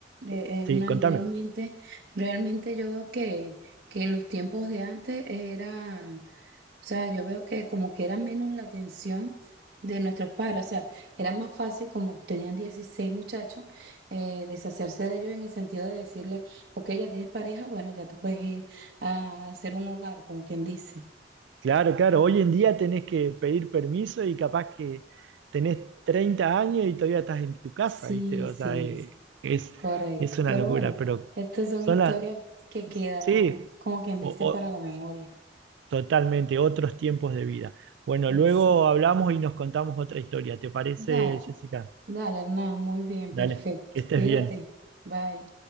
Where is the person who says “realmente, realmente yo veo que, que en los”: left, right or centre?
Right